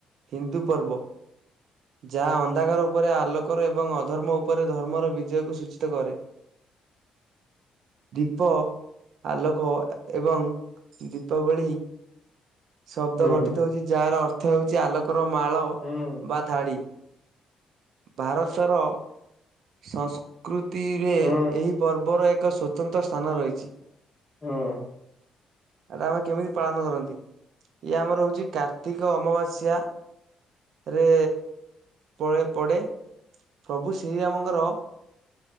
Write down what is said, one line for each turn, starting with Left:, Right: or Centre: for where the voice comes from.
Right: ହିନ୍ଦୁ ପର୍ବ। ଯାହା ଅନ୍ଧକାର ଉପରେ ଆଲୋକର ଏବଂ ଅଧର୍ମ ଉପରେ ଧର୍ମର ବିଜୟକୁ ସୂଚିତ କରେ। ଦୀପ ଆଲୋକ ଏବଂ ଦୀପାବଳି ଶବ୍ଦ
Left: ହୁଁ
Right: ଗଠିତ ହଉଛି ଯାହାର ଅର୍ଥ ଥ ହେଉଛି ଆଲୋକର ମାଳ
Left: ହୁଁ
Right: ବା ଧାଡି। ଭାରତର ସଂସ୍କୃତି ତିରେ
Left: ହୁଁ
Right: ଏହି ପର୍ବର ଏକ ସ୍ୱତନ୍ତ୍ର ସ୍ଥାନ ରହିଛି।
Left: ହଁ।
Right: ଆଟା ଆମେ କେମିତି ପାଳନ କରନ୍ତି? ଇ ଆମର ହଉଛି କାର୍ତ୍ତିକ ଅମାବାସ୍ୟା। ରେ ପ-ପଡ଼େ। ପ୍ରଭୁ ଶ୍ରୀରାମଙ୍କର